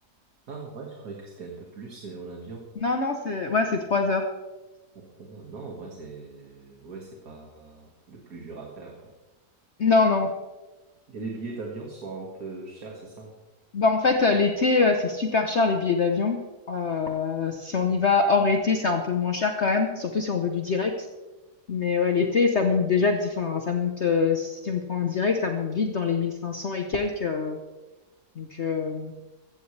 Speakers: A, on the right; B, on the left.
A: Ah, ouais, je croyais que c'était un peu plus euh, en avion.
B: Non non c'est ouais c'est trois heures.
A: Ah, Non, en vrai, c'est... Ouais, c'est pas le plus dur à faire. parce-
B: Non non.
A: Et les billets d'avion sont un peu chers, c'est ça?
B: Bah en fait euh, l'été euh, c'est super cher les billets d'avion. Euh, si on y va hors été c'est un peu moins cher quand même, surtout si on veut du direct. Mais ouais, l'été ça monte déjà, de- enfin ça monte euh, si on prend un direct ça monte vite dans les 1500 et quelques. euh, donc euh,